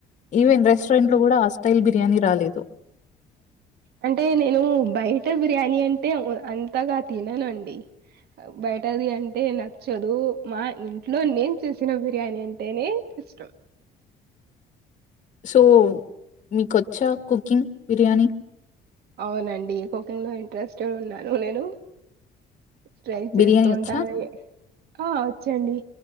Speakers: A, on the left; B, on the right.
A: ఈవెన్ రెస్టారెంట్ లో కూడా ఆ స్టైల్ బిర్యా బిర్యానీ రాలేదు
B: అంటే నేను బయట బిర్యానీ అంటే అంతగా తినను అండి బయటది అంటే నచ్చదు మా ఇంట్లో నేను చేసిన బిర్యానీ అంటేనే ఇష్టం
A: సో మీకుొచ్చా కుకింగ్ బిర్యానీ
B: అవునండి కుకింగ్ లో ఇంట్రెస్టెడ్ ఉన్నాను నేను ట్రై చేస్తూ
A: బిర్యానీ
B: ఉంటానండి
A: వచ్చా?
B: ఆ వచ్చేండి